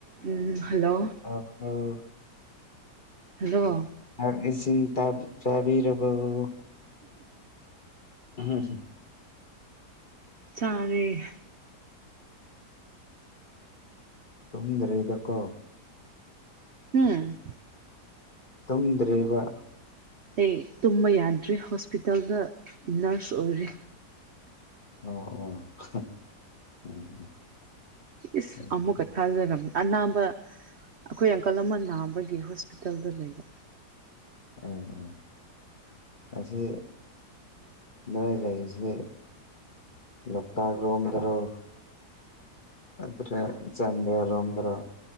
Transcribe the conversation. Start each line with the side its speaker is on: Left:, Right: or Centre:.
Right: ꯎꯝ hello
Left: ꯑꯥ ꯑꯥ
Right: hello
Left: ꯆꯥꯥꯛ ꯏꯁꯤꯡ ꯆꯥꯕꯤꯔꯕꯕꯨ ꯍꯝ ꯍꯝ
Right: ꯆꯔꯦ
Left: ꯇꯨꯝꯗ꯭ꯔꯦꯗꯀꯣ
Right: ꯎꯝ
Left: ꯇꯝꯗ꯭ꯔꯦꯕꯥ
Right: ꯑꯩ ꯇꯨꯝꯕ ꯌꯥꯗ꯭ꯔꯦ ꯍꯣꯁꯄꯤꯇꯥꯜꯗ ꯅꯔꯁ ꯑꯣꯏꯔꯦ
Left: ꯑꯣ ꯑꯣ ꯎꯝ
Right: ꯏꯁ
Left: ꯎꯝ
Right: ꯑꯃꯃ ꯀꯊꯖꯝ ꯑꯅꯥꯕ ꯑꯩꯈꯣꯏ ꯑꯪꯀꯜ ꯑꯃ ꯅꯥꯕꯒꯤ ꯍꯣꯁꯄꯤꯇꯥꯜꯗ ꯂꯩꯕ
Left: ꯎꯝ ꯎꯝ ꯑꯁꯤꯁ ꯅ‌ꯪ ꯂꯩꯁ ꯂꯇꯒ꯭ꯔꯣꯗꯔꯣ ꯑꯗꯨꯗ꯭ꯔꯦ ꯆꯗꯔꯣꯗ꯭ꯔꯣ